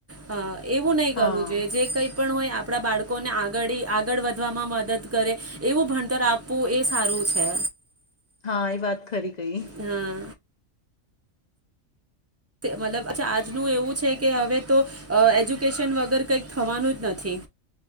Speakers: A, on the right (about 15°); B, on the left (about 50°).
A: હા એવું નઈ
B: હા
A: કરવું જોઈએ, જે કંઈ પણ હોય આપણા બાળકોને આગાળી આગળ વધવામાં મદદ કરે એવું ભણતર આપવું એ સારું છે.
B: હા એ વાત ખરી. કઈ
A: હા. ત મતલબ અચ્છા આજનું એવું છે કે અવે તો એજ્યુકેશન વગર કંઈક થવાનું જ નથી.